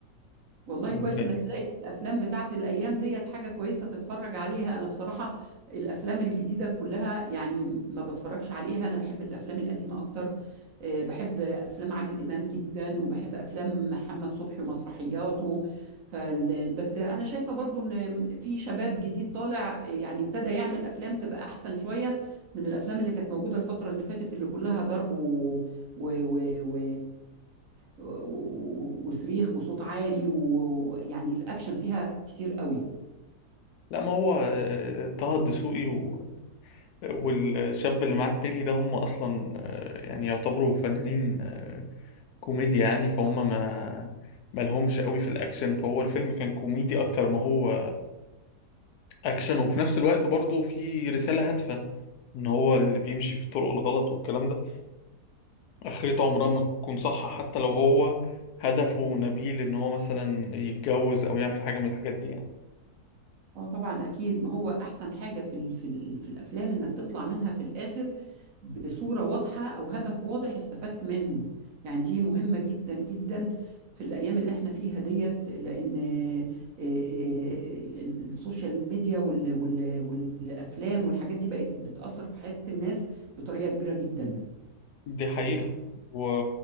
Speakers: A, on the right; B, on the left.
A: والله
B: مسلي.
A: كويس انك تلاقي في الافلام بتاعت الايام ديت حاجه كويسه تتفرج عليها انا بصراحه الافلام الجديده كلها يعني ما بتفرجش عليها انا بحب الافلام القديمه اكتر آه، بحب افلام عادل امام جدا وبحب افلام محمد صبحي ومسرحياته فال... بس انا شايفه برضو ان في شباب جديد طالع آه، يعني ابتدى يعمل افلام تبقى احسن شويه من الافلام اللي كانت موجوده الفتره اللي فاتت اللي كلها ضرب و... و... و... و... و- و- وصريخ وصوت عالي ويعني الاكشن فيها كتير قوي
B: لا ما هو آه، طه الدسوقي و- والشاب اللي معاه التاني ده هم أصلا آه، يعني يعتبروا فنانين آه، كوميديا يعني فهم ما ما لهمش قوي في الاكشن فهو الفيلم كان كوميدي اكتر ما هو اكشن وفي نفس الوقت برضه في رسالة هادفة ان هو اللي بيمشي في الطرق الغلط والكلام ده اخرته عمرها ما تكون صح حتى لو هو هدفه نبيل ان هو مثلا يتجوز او يعمل حاجة من الحاجات دي يعني
A: اه طبعا اكيد ما هو احسن حاجه في ال- في ال- في الافلام انك تطلع منها في الاخر بصوره واضحه او هدف واضح استفدت منه يعني دي مهمه جدا جدا في الايام اللي احنا فيها ديت لان آه، آه، ال- السوشيال ميديا وال- وال- والافلام والحاجات دي بقت بتاثر في حياه الناس بطريقه كبيره جدا
B: دي حقيقة و...